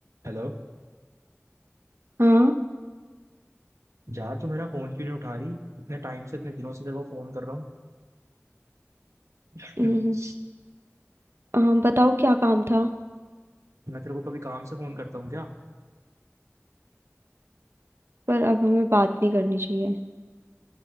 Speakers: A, on the right; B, on the right.
A: Hello
B: हाँ
A: यार तू मेरा फोन क्यों नहीं उठा रही इतने टाइम से इतने दिनों से तेरे को फोन कर रहा हूँ <laughs>
B: हम्म, हाँ, बताओ क्या काम था
A: मैं तेरे को कभी काम से फोन करता हूँ क्या
B: पर अब हमें बात नहीं करनी चाहिए